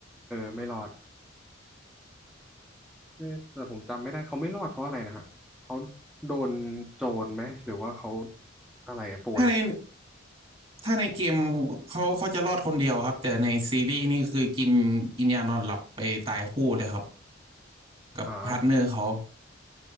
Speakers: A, in the centre; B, on the right.
A: เออไม่รอดเออแต่ผมจำไม่ได้เขาไม่รอดเพราะอะไรนะฮะเขาโดนโจรไหมหรือว่าเขาอะไรอะป่วย
B: ถ้าในถ้าในเกมเขาเขาจะรอดคนเดียวครับแต่ในซีรีส์นี่คือกินกินยานอนหลับไปตายคู่เลยครับกับพาร์ทเนอร์เขา
A: อ่า